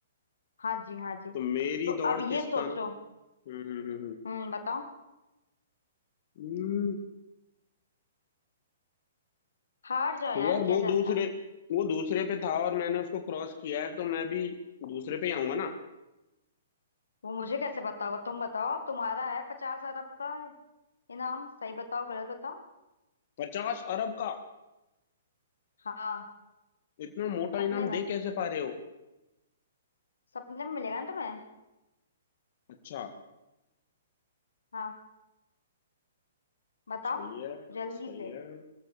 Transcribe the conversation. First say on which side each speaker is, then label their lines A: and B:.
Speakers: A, on the left (about 80°); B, on the left (about 50°).
A: हाँ जी हाँ जी
B: तो मेरी
A: तो अब
B: दौड़ के
A: ये
B: स्थान
A: सोचो
B: हम्म हम्म हम्म
A: हम्म बताओ
B: हम्म,
A: हार
B: हम्म,
A: जाओ यार
B: यार वो
A: क्या जाता
B: दूसरे
A: है
B: वो दूसरे पे था और मैंने उसको क्रॉस किया है तो मैं भी दूसरे पे ही आऊंगा ना
A: वो मुझे कैसे बताओगे तुम बताओ तुम्हारा है पचास अरब का है इनाम सही बताओ गलत बताओ
B: पचास अरब का
A: हाँ
B: इतना मोटा
A: सपने
B: इनाम
A: में
B: दे कैसे पा रहे हो
A: सपने में मिलेगा ना तुम्हें
B: अच्छा
A: हाँ बताओ
B: सही है
A: जल्दी
B: सही
A: से
B: है